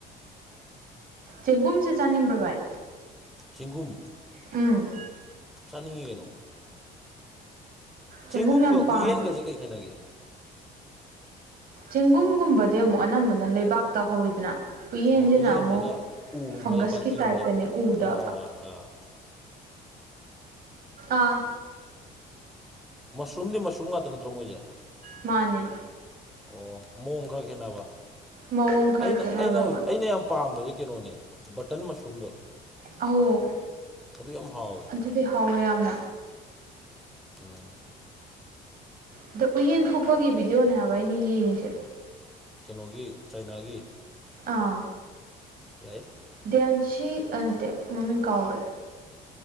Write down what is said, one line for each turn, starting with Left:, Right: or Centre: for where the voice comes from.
Right: ꯆꯦꯡꯒꯨꯝꯁꯦ ꯆꯥꯅꯤꯡꯕ꯭ꯔ ꯚꯥꯏ꯫
Centre: ꯆꯦꯡꯒꯨꯝ
Right: ꯎꯝ
Centre: ꯆꯥꯅꯤꯡꯉꯤ ꯀꯩꯅꯣ꯫
Right: ꯆꯦꯡꯒꯨꯝ
Centre: ꯆꯦꯡꯒꯨꯝꯒ
Right: ꯌꯥꯝ ꯄꯥꯝꯃꯦ
Centre: ꯎꯌꯦꯟꯒꯁꯦ ꯀꯩ ꯈꯦꯠꯅꯒꯦ
Right: ꯆꯦꯡꯒꯨꯝꯒꯨꯝꯕꯗꯤ ꯑꯃꯨꯛ ꯑꯅꯝꯕꯅ ꯂꯩꯕꯥꯛꯇ ꯍꯧꯋꯤꯗꯅ꯫ ꯎꯌꯦꯟꯖꯤꯅ
Centre: ꯑꯣ ꯎꯌꯦꯟꯁꯤꯅ
Right: ꯑꯃꯨꯛ
Centre: ꯎꯒꯨꯝꯕꯗ
Right: ꯐꯪꯒꯁꯀꯤ
Centre: ꯄꯥꯝꯕꯤꯒꯨꯝꯕꯗ
Right: ꯇꯥꯏꯞꯇꯅꯦ ꯎꯗꯥ
Centre: ꯑꯥ ꯑꯥ ꯑꯥ ꯑꯥ
Right: ꯑꯥ
Centre: ꯃꯁꯔꯨꯝꯗꯤ ꯃꯁꯔꯨꯝ ꯉꯥꯛꯇ ꯅꯠꯇ꯭ꯔꯣ ꯃꯣꯏꯁꯦ
Right: ꯃꯥꯅꯦ
Centre: ꯑꯣ ꯃꯑꯣꯡ ꯈꯔ ꯈꯦꯠꯅꯕ
Right: ꯃꯑꯣꯡ ꯈꯔ
Centre: ꯑꯩꯅ
Right: ꯈꯦꯠꯅꯕꯩ
Centre: ꯑꯩꯅ ꯍꯧ
Right: ꯋꯥꯅꯤ
Centre: ꯑꯩꯅ ꯌꯥꯝ ꯄꯥꯝꯕꯁꯦ ꯀꯩꯅꯣꯅꯦ ꯕꯇꯟ ꯃꯁꯔꯨꯝꯗꯣ
Right: ꯑꯧ
Centre: ꯑꯗꯨ ꯌꯥꯝ ꯍꯥꯎꯋꯦ꯫
Right: ꯑꯗꯨꯗꯤ ꯍꯥꯎꯋꯦ ꯌꯥꯝꯅ꯫
Centre: ꯎꯝ
Right: ꯑꯗꯨ ꯎꯌꯦꯟ ꯐꯨꯛꯄꯒꯤ ꯚꯤꯗꯤꯑꯣꯅꯦ ꯍꯥꯏꯕ ꯑꯩꯅ ꯌꯦꯡꯉꯤꯁꯦ꯫
Centre: ꯀꯩꯅꯣꯒꯤ ꯆꯩꯅꯥꯒꯤ꯫
Right: ꯑꯥ
Centre: ꯌꯥꯏ
Right: ꯗꯦꯟꯁꯤ ꯑꯦ ꯅꯠꯇꯦ ꯃꯃꯤꯡ ꯀꯥꯎꯒꯔꯦ꯫